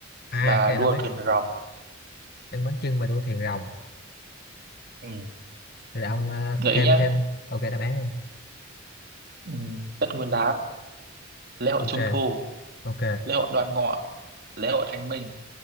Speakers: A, on the left; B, on the right.
A: À,
B: và
A: cái
B: đua
A: này tôi biết
B: thuyền rồng
A: ăn bánh chưng và đua thuyền rồng
B: ừ.
A: rồi ông ờ,
B: gợi
A: thêm
B: ý nhá
A: thêm ok đáp án đi
B: ừ. Tết Nguyên Đán lễ hội
A: ok
B: Trung Thu
A: ok
B: lễ hội Đoan Ngọ lễ hội Thanh Minh